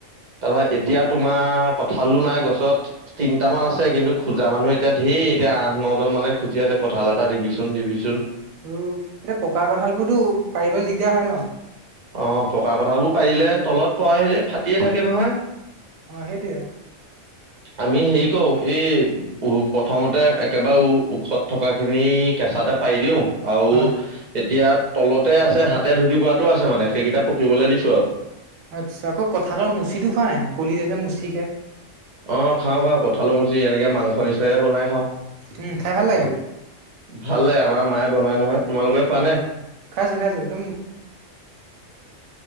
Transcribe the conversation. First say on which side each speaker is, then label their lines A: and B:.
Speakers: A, on the right; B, on the right.
A: তাৰপৰা এতিয়া তোমাৰ, কঠালো নাই গছত। তিনটামান আছে কিন্তু। খোজা মানুহ এতিয়া ধেৰ, এতিয়া আঠ, ন জন মানে খুজি আছে, কঁঠাল এটা দিবিচোন- দিবিচোন।
B: উম' এতিয়া পকা কঁঠাল বোৰতো, পাৰিবলে দিগদাৰ হয় ন?
A: অ, পকা কঠালবোৰ পাৰিলে, তলত পোৱা আহিলে, ফাটিয়ে থাকে নহয়।
B: অ, সেইটোৱে অ
A: আমি হেৰি কৰো, এই প্ৰথমতে একেবাৰে ওখত থকা খিনি, কেঁচাতে পাৰি দিওঁ। আৰু
B: হয়
A: এতিয়া তলতে আছে, হাতে ঢুকি পোৱাটো আছে মানে, সেইকেইটা পকিবলৈ দিছো আও।
B: আচ্ছা আকৌ কঁঠালৰ মুচিটো খোৱা নাই কলিতে যে মুচি কে
A: অ খাওঁ খাওঁ কঠালৰ মুচি এনেকে মাংস নিচিনাকে বনাই খাওঁ
B: উম খাই ভাল লাগে আকৌ
A: ভালে আমাৰ মায়ে বনাই নহয় তোমালোকে খোৱা
B: অ
A: নে
B: খাইছো খাইছো একদম